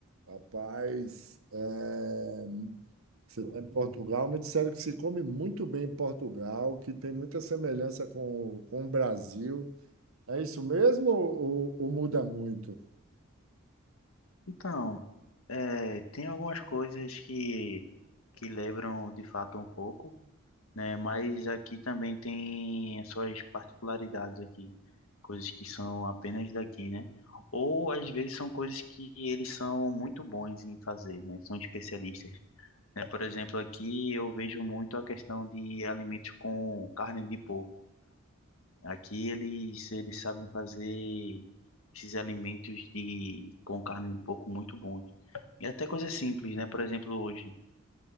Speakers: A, on the right; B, on the left.
A: Rapaz, é, você está em Portugal, me disseram que se come muito bem em Portugal, que tem muita semelhança com, com o Brasil. É isso mesmo ou, ou- ou muda muito?
B: Então, é, tem algumas coisas que, que lembram de fato um pouco, né? Mas aqui também tem as suas particularidades aqui, coisas que são apenas daqui, né? Ou às vezes são coisas que eles são muito bons em fazer, né? São especialistas, né? Por exemplo, aqui eu vejo muito a questão de alimentos com carne de porco. Aqui eles, eles sabem fazer esses alimentos de, com carne de porco muito bons. E até coisa simples, né? Por exemplo, hoje,